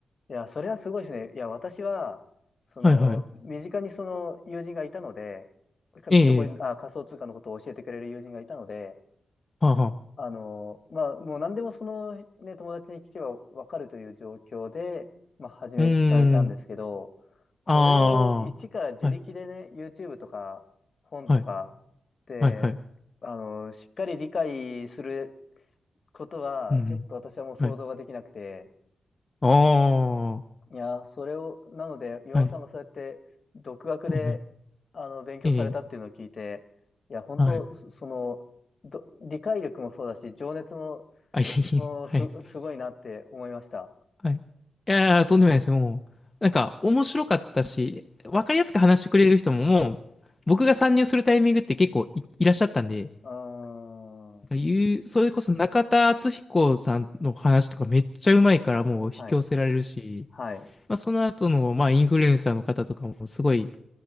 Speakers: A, on the left; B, on the left.
A: いや、それはすごいですね。いや、私は、その、
B: はいはい。
A: 身近にその友人がいたので、ビットコイン、
B: ええ、
A: あ、仮想通貨のことを教えてくれる友人がいたので、
B: はあ、はあ。
A: あの、まあ、もう何でもそのね、友達に聞けばわかるという状況で、まあ、始められたんですけど、
B: うーん。
A: これを一から自力でね、
B: ああ。はい、
A: YouTube とか本とかで、
B: はい、はい、はい。
A: あの、しっかり理解することは、
B: うん、うん
A: ちょっと私はもう想像ができなくて、
B: はい。ああ。は
A: いや、それを、なので、岩尾さんがそうやって独学で、
B: い、はい、はい。
A: あの、勉強されたっていうのを聞いて、
B: ええ、
A: いや、本当、
B: はい。
A: そその、ど理解力もそうだし、情熱も
B: あ、いえいえ、
A: おー、
B: はい、
A: す、すごいなって思いました。
B: はい。いやー、とんでもないです。もう、なんか、面白かったし、
A: はい。
B: わかりやすく話してくれる人も、もう、僕が参入するタイミングって結構い、いらっしゃったんで、
A: うーん。は
B: 言う、それこそ中田敦彦さんの話とかめっちゃうまいからもう引き寄せられるし、
A: い。はい。う
B: まあ、その後の、まあ、インフルエンサーの方とかもすごい、